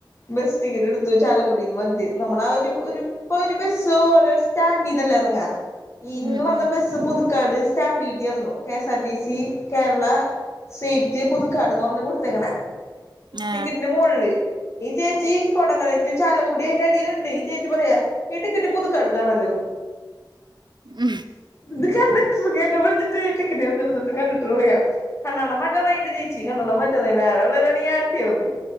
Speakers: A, on the left; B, on the right.
A: ബസ് ടിക്കറ്റ് എടുത്തു ചാലക്കുടിന്ന് വന്നിട്ട് നമ്മള ആ ഒരു ഒരു ഇപ്പൊ ഒരു ബസ് ഓരോ സ്റ്റാൻഡ് അല്ലെ ഇറങ്ങ ഇന്ന്
B: ഉം
A: വന്ന
B: ഉം
A: ബസ്സ് പുതുക്കാട് സ്റ്റാൻഡിലത്തി യാറന്ന് K S R T C Kerala seat പുതുക്കാടന്ന് പറഞ്ഞ് കൊടുത്തകണെ ടിക്കറ്റിന്റെ
B: ഏ
A: മോളില് ഈ ചേച്ചീ കൊടകര റ്റു ചാലക്കുടി അയിന്റെ അടിൽ ഇണ്ട് ഈ ചേച്ചി പറയാ ഈ ടിക്കറ്റ് പുതു കടക്കാണല്ലോ
B: ഉം
A: ഇത് കണ്ടടർ ന്നെ വിളിച്ചിട്ട് ടിക്കറ്റ് കാണിച്ചപൊ കണ്ടടർ പറയാ കണ്ണട മാറ്ററായിട്ട് ചേച്ചി കണ്ണട മാറ്റാറായി വേറെ ഉള്ളവരാണെ ആട്ടി യാളകും